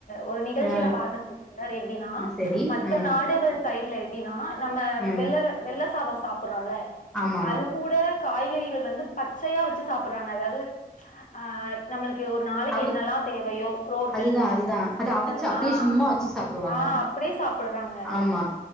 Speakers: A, on the left; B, in the centre.
A: ஒரு நிகழ்ச்சில
B: ஆ
A: பாத்தேன் சிஸ்டர் எப்டின்னா
B: ஆ சரி
A: மத்த
B: ஆ
A: நாடுகள் சைடு்ல எட் எப்டினா நம்ம
B: ம்
A: வெள்ளற வெள்ள சாதோ சாப் பட்றோல
B: ஆமா
A: அது கூட காய்கறிகள் வந்து பச்சையா வச்சு சாப்பிட்றாங்க அதாவது ஆஹ் நம்மள் இது ஒரு நாளைக்கு
B: அவுத்
A: என்னெல்லாம் தேவையோ புரோட்டீன்
B: அதுதா அதுதா அத அவிச்சு
A: என்னது
B: அப்டியே
A: ஆஹ்
B: சும்மா வச்சு சாப்டுவாங்க
A: ஆஹ் அப்டியே சாப்பட்றாங்க
B: ஆமா